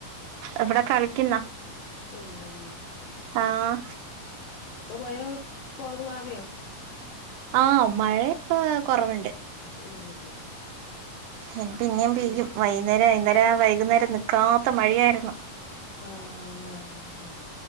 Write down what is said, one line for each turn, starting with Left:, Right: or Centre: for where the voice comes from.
Right: ഇവിടെ കളിക്കുന്ന
Left: ഉം
Right: ആഹ്
Left: ഇപ്പൊ മഴ കുറവായോ
Right: ആ മഴ ഇപ്പൊ കുറവുണ്ട്
Left: ഉം
Right: ഇനി പിന്നേം പെയ്യും
Left: ഉം
Right: വൈന്നേര വൈന്നേരം വൈകുന്നേരം നിക്കാത്ത മഴിയായിരുന്നു.
Left: ആഹ്